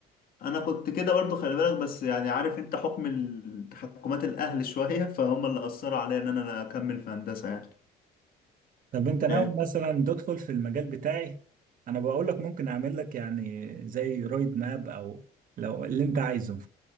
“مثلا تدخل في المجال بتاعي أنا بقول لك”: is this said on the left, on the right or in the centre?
Right